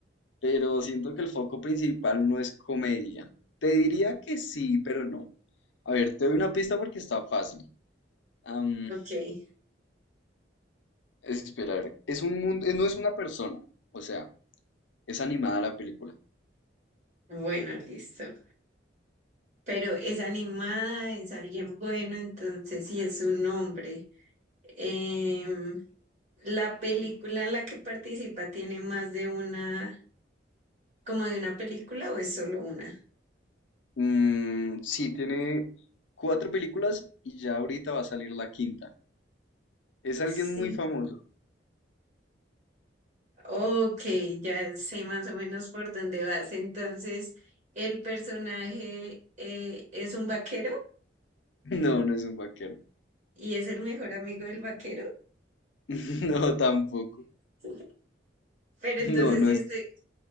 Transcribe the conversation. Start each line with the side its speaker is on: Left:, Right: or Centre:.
Left: pero siento que el foco principal no es comedia. Te diría que sí, pero no. A ver, te doy una pista porque está fácil. Am,
Right: Ok.
Left: espera, a ver. Es un mundo, no es una persona, o sea, es animada la película.
Right: Bueno, listo. Pero es animada, es alguien bueno, entonces sí es un hombre. Em, ¿la película en la que participa tiene más de una, como de una película o es solo una?
Left: Mm, sí, tiene cuatro películas y ya ahorita va a salir la quinta. Es alguien
Right: Sí.
Left: muy famoso.
Right: Ok, ya sé más o menos por dónde vas. Entonces, el personaje eh, es un vaquero
Left: <laughs> No, no es un vaquero.
Right: y es el mejor amigo del vaquero.
Left: <laughs> No, tampoco.
Right: <laughs> Pero
Left: No,
Right: entonces
Left: no
Right: sí
Left: es.
Right: es de,